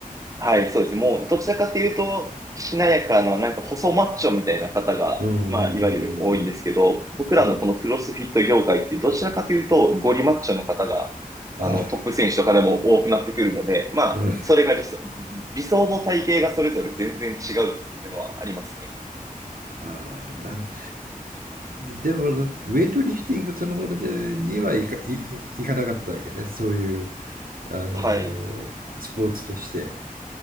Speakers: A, on the right (about 20°); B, on the right (about 75°).
A: はい、そうです。もう、どちらかというと、しなやかな、なんか細マッチョみたいな方が、
B: うんうんうんうん
A: まあ、いわゆる多いんですけど、僕らのこのクロスフィット業界って、
B: うん。うん
A: どちらかというと、ゴリマッチョの方が、
B: あ、
A: あの、トップ選手とかでも多くなってくるので、まあ、
B: うん、
A: それが理想、理想の体型がそれぞれ全然違うっていうのはありますね。
B: あー、なるでも、ウェイトリフティングそのものにはいか、い、いいかなかったわけね。そういう、あのースポーツとして。
A: はい。